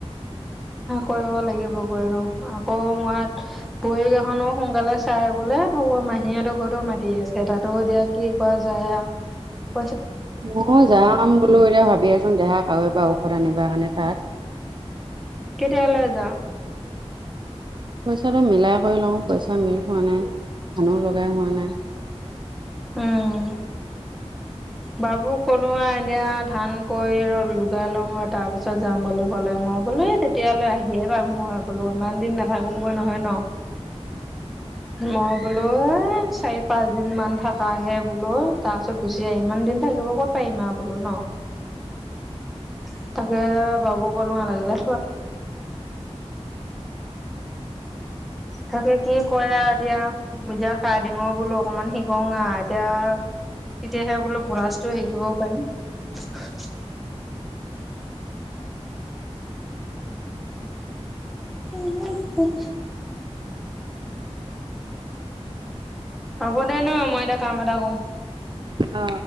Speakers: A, in the centre; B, on the right.
A: কৰিব লাগিব গৈ আৰু আকৌ মাত বুহি গাখনো সোনকালে চাই বোলে, ও মাহীহঁতৰ ঘৰতো মাতি আছে তাতো এতিয়া কি কৰা যায় আৰ
B: ময় যাম বোলো, এতিয়া ভাবি আচোন দেহাক আৰু এবাৰ ঔষধ আনিবা কাৰণে তাত।
A: কেতিয়ালৈ যাওঁ।
B: পইচাটো মিলাই কৰি লও, পইচা মিল হোৱা নাই। ধানো লগাই হোৱা নাই।
A: উম। বাবু কলোআ এতিয়া ধান কৰি ৰ লগুাই লঙত তাৰপিছত যাম বুলি ক'লে। মই বোলে ইছ তেতিয়ালৈ আহিয়ে পাম মই বোলো ইমান দিন নাথাকোগৈ নহয় ন'। ম বোলোএ চাৰি পাঁচ দিন মান থকাহে বোলো তাৰ পিছত গুচি আহি, ইমান দিন থাকিব ক'ত পাৰিমা বোলো ন', তাকে বাবু কলো নালাগে দে থ তাকে কি কৰে আৰু দিয়া, এদিয়া কাৰ্ডিঙৰ বোলো অকমান হে গঙা এতিয়া তেতিয়াহে বোলো গুৰাজটো শিকিব পাৰিম। <unintelligible> হ'ব দে ন' মই এতিয়া কাম এটা কৰোঁ।
B: অ'।